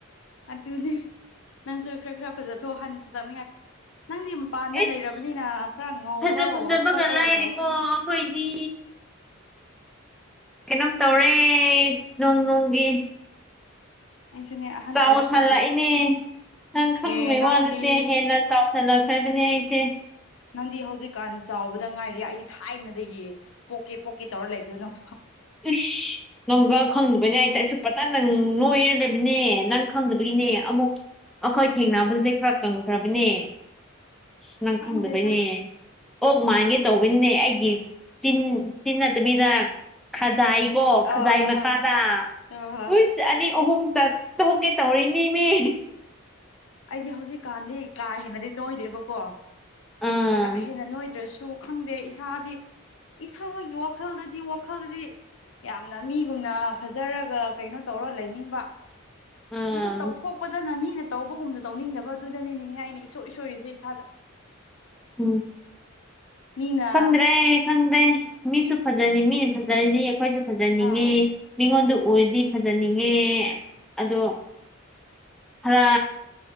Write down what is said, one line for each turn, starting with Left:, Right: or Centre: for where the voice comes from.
Left: ꯑꯗꯨꯅꯦ ꯅꯪꯁꯨ ꯈꯔ ꯈꯔ ꯐꯖꯊꯣꯛꯍ ꯐꯖꯕꯅꯤꯍ ꯅꯪꯗꯤ ꯃꯄꯥꯟꯗ
Centre: ꯑꯦꯁ
Left: ꯂꯩꯔꯕꯅꯤꯅ ꯈꯔ ꯉꯧꯕ
Centre: ꯐꯖ ꯐꯖꯕꯒ
Left: ꯈꯣꯠꯄ
Centre: ꯂꯥꯏꯔꯤꯀꯣ
Left: ꯇꯧꯔꯛꯄꯅꯦ
Centre: ꯑꯩꯈꯣꯏꯗꯤ ꯀꯩꯅꯣꯝ ꯇꯧꯔꯦ ꯅꯣꯡ ꯅꯣꯡꯒꯤ
Left: ꯑꯩꯁꯨꯅꯦ ꯑꯍꯟ
Centre: ꯆꯥꯎ
Left: ꯑꯣꯏꯔꯛꯄꯒꯤꯔ
Centre: ꯁꯥꯟꯂꯛꯏꯅꯦ ꯅꯪ ꯈꯪꯗꯉꯩ
Left: ꯑꯦ ꯅꯪꯗꯤ
Centre: ꯋꯥ ꯅꯠꯇꯦ ꯍꯦꯟꯅ ꯆꯥꯎ ꯆꯠꯂꯈꯔꯦꯕꯅꯦ ꯑꯩꯁꯦ
Left: ꯅꯪꯗꯤ ꯍꯧꯖꯤꯛꯀꯥꯟ ꯆꯥꯎꯕꯗ ꯉꯥꯏꯔꯤ ꯑꯩꯗꯤ ꯊꯥꯏꯅꯗꯒꯤ ꯄꯣꯛꯀꯦ ꯄꯣꯛꯀꯦ ꯇꯧꯔ ꯂꯩꯕꯗꯣ ꯅꯪ
Centre: ꯏꯁ ꯉꯪꯒ ꯈꯪꯗꯕꯅꯤ ꯍꯥꯏꯇ ꯑꯩꯁꯨ ꯐꯖꯅ ꯅꯪ ꯅꯣꯏꯅ ꯂꯩꯕꯅꯦ ꯅꯪ ꯈꯪꯗꯕꯒꯤꯅꯦ ꯑꯃꯨꯛ ꯑꯩꯈꯣꯏ ꯊꯦꯡꯅꯕꯗꯨꯗꯤꯩ ꯈꯔ ꯀꯪꯈ꯭ꯔꯕꯅꯦ ꯑꯁ ꯅꯪ
Left: ꯈꯪꯗꯦꯗ
Centre: ꯈꯪꯗꯕꯩꯅꯦ ꯑꯣ ꯃꯥꯟꯒꯦ ꯇꯧꯕꯅꯤꯅꯦ ꯑꯩꯒꯤ ꯆꯤꯟ ꯆꯤ ꯅꯠꯇꯕꯤꯗ ꯈꯖꯥꯏ ꯀꯣ ꯈꯖꯥꯏ
Left: ꯑꯥ ꯍꯣꯏ
Centre: ꯃꯈꯥꯗ
Left: ꯍꯣꯏ ꯍꯣꯏ ꯍꯣꯏ
Centre: ꯍꯨꯏꯁ ꯑꯅꯤ ꯑꯍꯨꯝ ꯆꯠꯠꯇꯧꯒꯦ ꯇꯧꯔꯤꯅꯦꯅꯦ
Left: ꯑꯩꯗꯤ ꯍꯧꯖꯤꯛꯀꯥꯟꯗꯤ ꯀꯥ ꯍꯦꯟꯅꯗꯤ ꯅꯣꯏꯗꯦꯕꯀꯣ
Centre: ꯑꯥ
Left: ꯀꯥ ꯍꯦꯟꯅ ꯅꯣꯏꯗ꯭ꯔꯁꯨ ꯈꯪꯗꯦ ꯏꯁꯥꯗꯤ ꯏꯁꯥꯒꯤ ꯋꯥꯈꯜꯗꯗꯤ ꯋꯥꯈꯜꯗꯗꯤ ꯌꯥꯝꯅ ꯃꯤꯒꯨꯝꯅ ꯐꯖꯔꯒ ꯀꯩꯅꯣ ꯇꯧꯔꯣ ꯂꯩꯅꯤꯡꯕ
Centre: ꯑꯥ
Left: ꯑꯗꯨ ꯇꯧꯊꯣꯛꯄꯗꯅ ꯃꯤꯅ ꯇꯕꯒꯨꯝꯗ ꯇꯧꯅꯤꯡꯗꯕ ꯑꯗꯨꯗꯅꯤꯅꯦꯍꯦ ꯑꯩꯅ ꯏꯁꯣꯛ ꯏꯁꯣꯏꯔꯤꯁꯦ ꯏꯁꯥꯗ
Centre: ꯎꯝ
Left: ꯃꯤꯅ
Centre: ꯈꯪꯗ꯭ꯔꯦ ꯈꯪꯗ꯭ꯔꯦ ꯃꯤꯁꯨ ꯐꯖꯅꯤ ꯃꯤꯅ ꯐꯖꯔꯤꯅꯤ ꯑꯩꯈꯣꯏꯁꯨ ꯐꯖꯅꯤꯡꯉꯤ
Left: ꯑ
Centre: ꯃꯤꯉꯣꯟꯗ ꯑꯣꯏꯔꯗꯤ ꯐꯖꯅꯤꯡꯉꯦ ꯑꯗꯣ ꯈꯔ